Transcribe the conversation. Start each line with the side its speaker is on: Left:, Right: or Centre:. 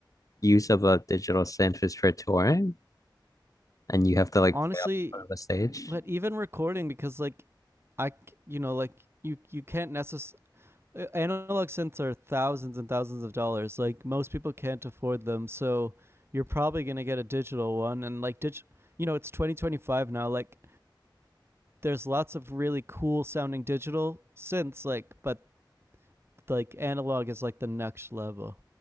Left: use of a digital synth is for touring and you have to like
Right: honestly
Left: play up in front of a stage.
Right: but even recording because like I you know like you you can't necessarily analog synths are thousands and thousands of dollars like most people can't afford them so you're probably going to get a digital one and like dig- you know it's 2025 now like there's lots of really cool sounding digital synths like but like analog is like the next level.